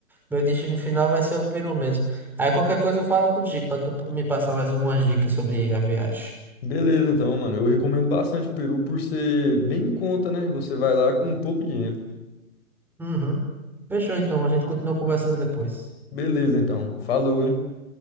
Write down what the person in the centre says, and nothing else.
meu destino final vai ser o Peru mesmo. Aí qualquer coisa eu falo contigo pra tu me passar mais algumas dicas sobre a viagem.
Uhum. Fechou, então. A gente continua conversando depois.